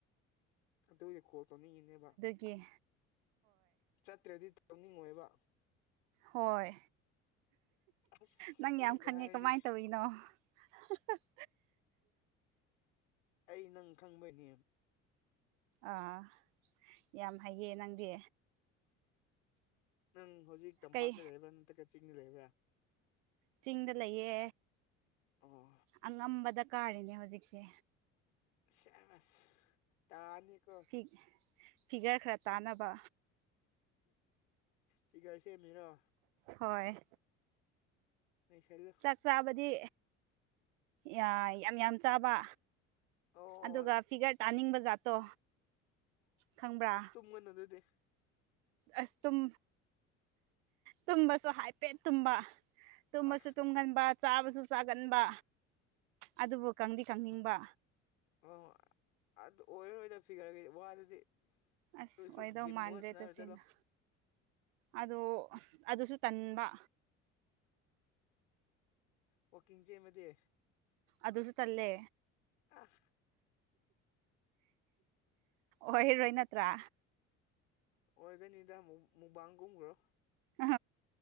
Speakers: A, on the left; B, on the right.
A: ꯑꯗꯨꯒꯤ ꯀꯣꯜ ꯇꯧꯅꯤꯡꯉꯤꯅꯦꯕ
B: ꯀꯦ
A: ꯆꯠꯇ꯭ꯔꯗꯤ ꯇꯧꯅꯤꯡꯉꯣꯏꯕ
B: ꯍꯣꯏ
A: ꯑꯁ
B: ꯅꯪ
A: ꯍꯣꯏꯒ
B: ꯌꯥꯝ ꯈꯪꯉꯦ
A: ꯍꯥꯏꯅꯦ
B: ꯀꯃꯥꯏꯟ ꯇꯧꯔꯤꯅꯣ <inaudible>
A: ꯑꯩ ꯅꯪ ꯈꯪꯕꯩꯅꯦ
B: ꯑꯥ ꯌꯥꯝ ꯍꯩꯌꯦ ꯅꯪꯗꯤ
A: ꯅꯪ ꯍꯧꯖꯤꯛ ꯇꯝꯄꯥꯛꯇ
B: ꯀꯩ
A: ꯂꯩꯕ꯭ꯔꯥ ꯅꯠꯇ꯭ꯔꯒ ꯆꯤꯡꯗ ꯂꯩꯕ꯭ꯔꯥ
B: ꯆꯤꯡꯗ ꯂꯩꯌꯦ
A: ꯑꯣ
B: ꯑꯉꯝꯕꯗ ꯀꯥꯔꯤꯅꯦ ꯍꯧꯖꯤꯛꯁꯦ
A: ꯁꯦꯁ ꯇꯥꯅꯤ ꯀꯣ
B: ꯐꯤ ꯐꯤꯒꯔ ꯈꯔ ꯇꯥꯅꯕ
A: ꯐꯤꯒꯔ ꯁꯦꯝꯃꯤꯔꯣ
B: ꯍꯣꯏ
A: ꯅꯩꯁꯜꯂꯨ
B: ꯆꯥꯛ ꯆꯥꯕꯗꯤ ꯌꯥ ꯌꯥꯝ ꯌꯥꯝ ꯆꯥꯕ
A: ꯑꯣ
B: ꯑꯗꯨꯒ ꯐꯤꯒꯔ ꯇꯥꯅꯤꯡꯕ ꯖꯥꯠꯇꯣ ꯈꯪꯕ꯭ꯔꯥ
A: <unintelligible> ꯗꯨꯗꯤ
B: ꯑꯁ ꯇꯨꯝ ꯇꯨꯝꯕꯁꯨ ꯍꯥꯏꯐꯦꯠ ꯇꯨꯝꯕ ꯇꯨꯝꯕꯁꯨ
A: ꯑ
B: ꯇꯨꯝꯒꯟꯕ ꯆꯥꯕꯁꯨ ꯆꯥꯒꯟꯕ ꯑꯗꯨꯕꯨ ꯀꯪꯗꯤ ꯀꯪꯅꯤꯡꯕ
A: ꯑꯣ ꯑꯗꯨ ꯑꯣꯏꯔꯔꯣꯏꯗ ꯐꯤꯈꯔꯒꯗꯤ ꯋꯥꯗꯨꯗꯤ
B: ꯑꯁ
A: ꯑꯗꯨꯁꯨ
B: ꯑꯣꯏꯗꯧ
A: ꯖꯤꯝꯒꯨꯝꯕ
B: ꯃꯥꯟꯗ꯭ꯔꯦ
A: ꯁꯥꯟꯅꯔ
B: ꯇꯁꯦꯡꯅ
A: ꯆꯠꯂꯣ
B: ꯑꯗꯣ ꯑꯗꯨꯁꯨ ꯇꯟꯕ
A: ꯋꯥꯀꯤꯡ ꯆꯦꯟꯕꯗꯤ
B: ꯑꯗꯨꯖꯨ ꯇꯜꯂꯦ
A: ꯑ
B: ꯑꯣꯏꯔꯣꯏ ꯅꯠꯇ꯭ꯔꯥ
A: ꯑꯣꯏꯒꯅꯤꯗ ꯃꯨꯕꯥꯡꯒꯨꯝꯈ꯭ꯔꯣ
B: ꯑ